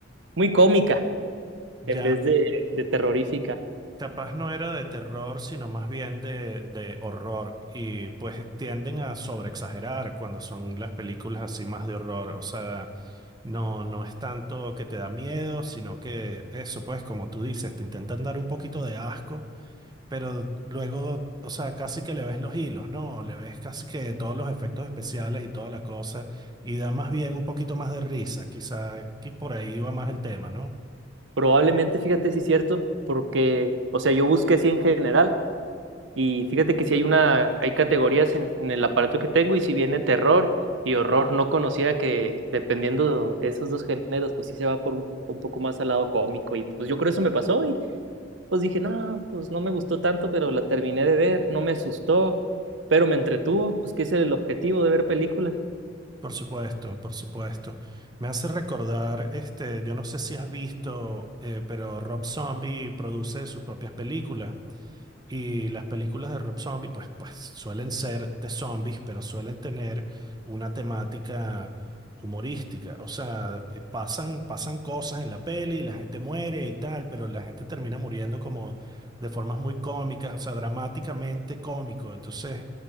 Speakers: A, on the right; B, on the right.
A: muy cómica
B: Ya.
A: en vez de, de terrorífica.
B: Capaz no era de terror, sino más bien de, de horror. Y pues tienden a sobreexagerar cuando son las películas así más de horror. O sea, no, no es tanto que te da miedo, sino que eso, pues, como tú dices, te intentan dar un poquito de asco, pero luego, o sea, casi que le ves los hilos, ¿no? Le ves casi que todos los efectos especiales y toda la cosa. Y da más bien un poquito más de risa. Quizá que por ahí va más el tema, ¿no?
A: Probablemente, fíjate si es cierto, porque, o sea, yo busqué así en general y fíjate que si hay una, hay categorías en, en el aparato que tengo y si viene terror y horror, no conocía que dependiendo de esos dos géneros, pues sí se va por un, un poco más al lado cómico y pues yo creo eso me pasó y pues dije, no, pues no me gustó tanto, pero la terminé de ver, no me asustó, pero me entretuvo, pues que ese es el objetivo de ver películas.
B: Por supuesto, por supuesto. Me hace recordar, este, yo no sé si has visto, eh, pero Rob Zombie produce sus propias películas y las películas de Rob Zombie, pues, pues suelen ser de zombies, pero suelen tener una temática humorística. O sea, eh, pasan, pasan cosas en la peli, la gente muere y tal, pero la gente termina muriendo como de formas muy cómicas, o sea, dramáticamente cómico. Entonces